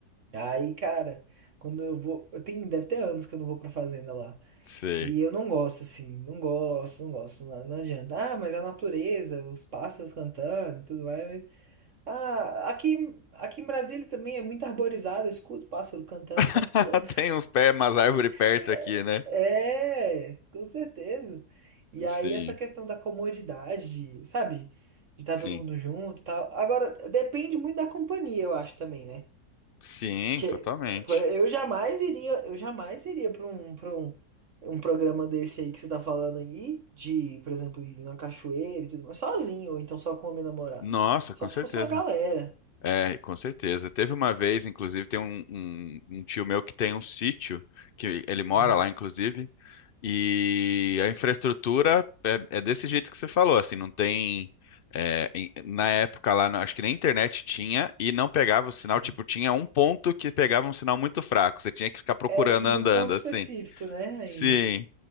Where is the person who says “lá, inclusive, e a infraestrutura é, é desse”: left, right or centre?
Left